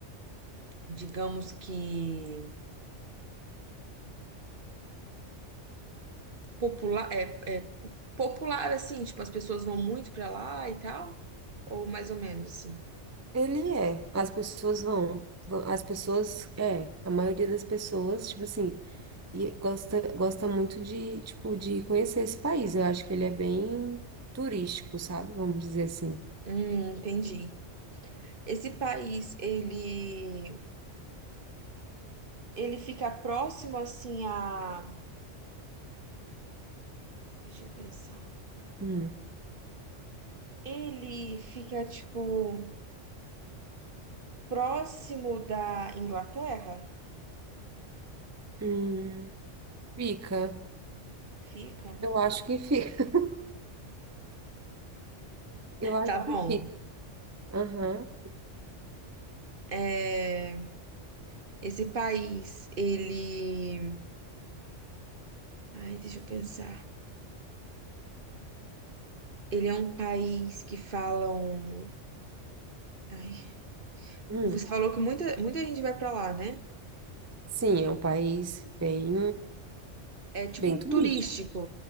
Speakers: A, on the right (about 50°); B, on the right (about 15°).
A: digamos que popular, é, é popular, assim, tipo, as pessoas vão muito pra lá e tal? Ou mais ou menos, assim?
B: Ele é. As pessoas vão, vão- As pessoas, é. A maioria das pessoas, tipo assim, e gosta, gosta muito de, tipo, de conhecer esse país. Eu acho que ele é bem turístico, sabe? Vamos dizer assim.
A: Hum, entendi. Esse país, ele, ele fica próximo assim a, deixa eu pensar.
B: Hum.
A: Ele fica tipo próximo da Inglaterra?
B: Hum, fica.
A: Fica.
B: Eu acho que fica. <laughs> Eu acho
A: Tá bom.
B: que fica. Aham.
A: É, esse país, ele, ai, deixa eu pensar. Ele é um país que falam, ai,
B: Hum.
A: você falou que muita muita gente vai pra lá, né?
B: Sim, é um país bem,
A: É tipo
B: bem turístico.
A: turístico.